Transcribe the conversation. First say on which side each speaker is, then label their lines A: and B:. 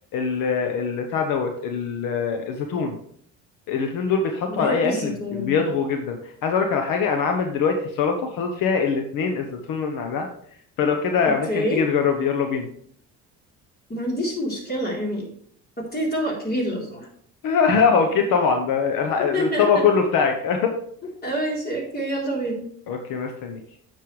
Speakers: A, on the left (about 70°); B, on the left (about 30°).
A: ال بتاع دوت ال- الزيتون الاتنين دول بيتحطوا
B: بحب
A: على اي
B: الزيتون
A: اكل بي- بيضغوا جدا عايز اقولك على حاجه انا عامل دلوقتي سلطه حاطط فيها الاتنين الزيتون والنعناع فلو كده
B: اوكي
A: ممكن تيجي تجربي يلا بينا
B: ما عنديش مشكلة يعني حطيلي طبق كبير لو سمحت
A: <laughs> اوكي طبعا ده الح-
B: <laughs>
A: الطبق كله بتاعك <laughs>
B: ماشي اوكي يلا بينا
A: اوكي مستنيك